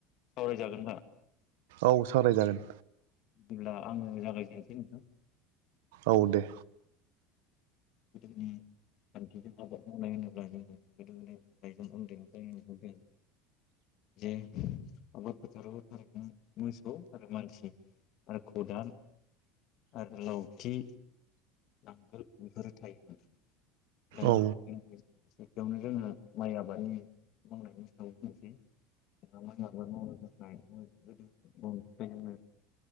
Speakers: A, on the left (about 45°); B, on the right (about 85°).
A: सावराय जागोनदा।
B: औ सावरायजागोन।
A: ब्ला। आंङो जागायजेन।
B: औ दे।
A: गोदोनि खान्थिजों आबाद मावनाय होनोब्ला जोङो गोदो गोदायनि थाइगं उन्दैनिफ्राय नुहदों जे आबाद फोथाराव थारैनो मोसौ आरो मानसि आरो खदाल। आरो लावथि नांगोल बेफोरो थायोमोन दा
B: औ
A: जोंनि सेथियावनो जोङो माइ आबादनि मावनायनि सायाव बुंनोसै माइ आबाद मावनो थाखाय गोदो मावनो थाखाय जोङो